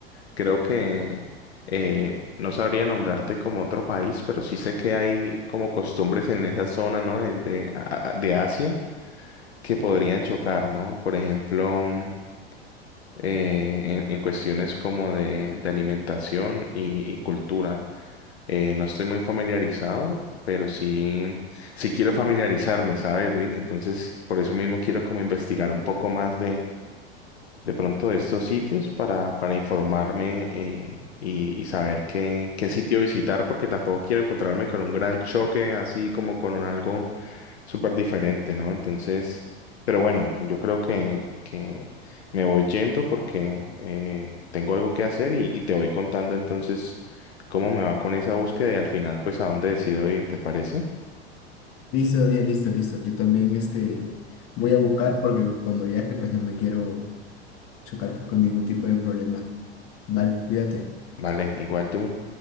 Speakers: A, on the left; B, on the left.
A: Creo que eh, no sabría nombrarte como otro país, pero sí sé que hay como costumbres en esa zona, ¿no? De, de, a- a- de Asia que podrían chocar, ¿no? Por ejemplo, mm, eh, en, en cuestiones como de, de alimentación y, y cultura. Eh, no estoy muy familiarizado, pero sí, sí quiero familiarizarme, ¿sabes, Luis? Entonces, por eso mismo quiero como investigar un poco más de pronto de estos sitios para, para informarme eh, y, y saber qué, qué sitio visitar, porque tampoco quiero encontrarme con un gran choque, así como con un algo súper diferente, ¿no? Entonces, pero bueno, yo creo que, que me voy yendo porque eh, tengo algo que hacer y, y te voy contando entonces cómo me va con esa búsqueda y al final, pues, a dónde decido ir, ¿te parece?
B: Listo, Daniel, listo, listo. Yo también este voy a buscar porque cuando viaje pues no me quiero chocar pues con ningún tipo de problema. Vale, cuídate.
A: Vale, igual tú.